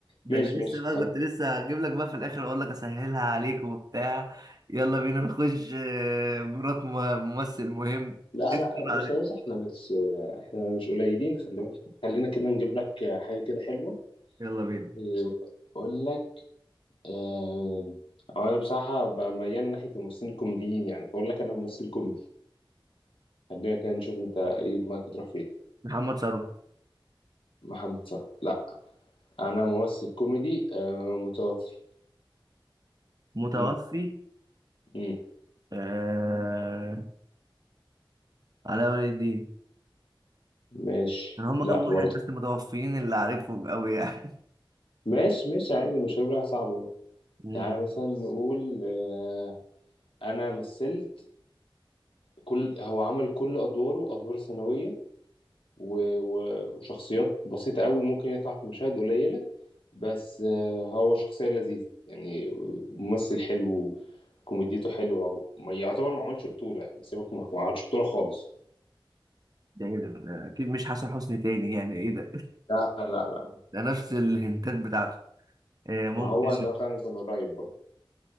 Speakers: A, on the right; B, on the left.
A: ده
B: ماشي
A: انا لسه
B: ماشي
A: بقى كنت لسه هجيب لك بقى في الاخر اقول لك اسهلها عليك وبتاع يلا بينا نخش آه، مرات م- ممثل مهم
B: لا
A: استر
B: لا يا باشا
A: عليك
B: بس احنا مش احنا مش قليلين خلي بالك خلينا كده نجيب لك حاجة كده حلوة
A: يلا بينا
B: إيه، اقول لك آه... أو انا بصراحة بقى ميال ناحية الممثلين الكوميديين يعني فاقول لك انا ممثل كوميدي خلينا كده نشوف انت ايه دماغك هتروح فين
A: محمد ثروت
B: محمد صلاح لا انا ممثل كوميدي آه... متوفي
A: متوفي
B: مم. مم.
A: آه... علاء ولي الدين
B: ماشي
A: كان هما
B: لا
A: كام واحد
B: برضه
A: بس متوفيين اللي عارفهم قوي يعني
B: ماشي ماشي عادي مش هجيبها صعبة برضه
A: مم.
B: تعالى مثلا نقول آه... انا مثلت كل هو عمل كل ادواره ادوار ثانوية و- و- وشخصيات بسيطة قوي ممكن يطلع في مشاهد قليلة بس آه، هو شخصية لذيذة يعني ممثل حلو كوميديته حلوة ما يعتبر ما عملش بطولة يعني سيبك ما ما عملش بطولة خالص
A: ده ايه ده آه، اكيد مش حسن حسني تاني يعني ايه ده
B: لا لا لا
A: ده نفس الهنتات بتاعته آه ممكن
B: ما هو انا فعلا كان قريب برضه